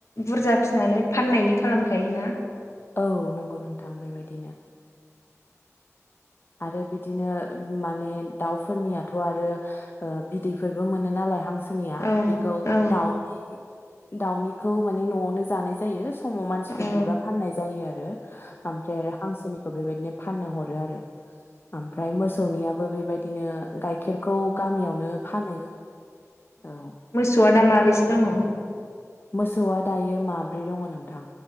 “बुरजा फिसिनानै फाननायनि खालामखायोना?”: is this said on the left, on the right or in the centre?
Left